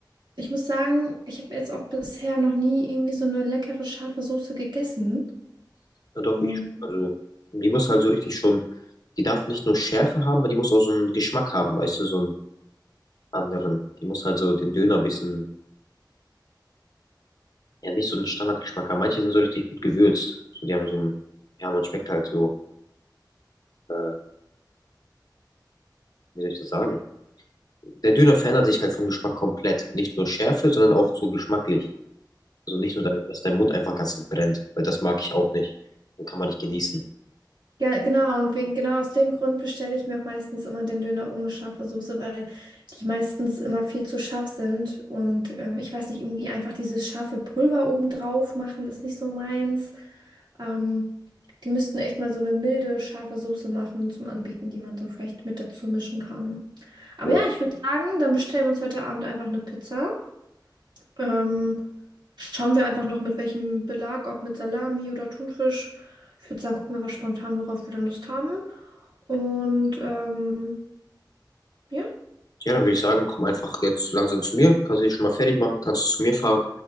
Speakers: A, on the right; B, on the left.
A: ich muss sagen, ich habe jetzt auch bisher noch nie irgendwie so eine leckere scharfe Soße gegessen.
B: ja doch,
A: Ähm,
B: ich, also die muss halt so richtig schon, die darf nicht nur Schärfe haben, aber die muss auch so einen Geschmack haben, weißt du, so einen anderen. Die muss halt so den Döner ein bisschen ja nicht so einen Standardgeschmack haben. Manche sind so richtig gut gewürzt. So, die haben so einen, ja, man schmeckt halt so, äh, wie soll ich das sagen? Der Döner verändert sich halt vom Geschmack komplett. Nicht nur Schärfe, sondern auch so geschmacklich. Also nicht nur, dass dein Mund einfach ganz brennt, weil das mag ich auch nicht. Dann kann man nicht genießen.
A: Ja, genau, und wegen, genau aus dem Grund bestelle ich mir auch meistens immer den Döner ohne scharfe Soße, weil die meistens immer viel zu scharf sind. Und ähm, ich weiß nicht, irgendwie einfach dieses scharfe Pulver obendrauf machen, ist nicht so meins. Ähm, die müssten echt mal so eine milde, scharfe Soße machen zum Anbieten, die man so vielleicht mit dazu mischen kann. Aber
B: Ja,
A: ja, ich würde sagen, dann bestellen wir uns heute Abend einfach eine Pizza. Ähm, schauen wir einfach noch mit welchem Belag, ob mit Salami oder Thunfisch. Ich würde sagen, gucken wir was spontan, worauf wir dann Lust haben. Und ähm, ja,
B: ja dann würde ich sagen, komm einfach jetzt langsam zu mir, kannst dich schon mal fertig machen, kannst zu mir fahren.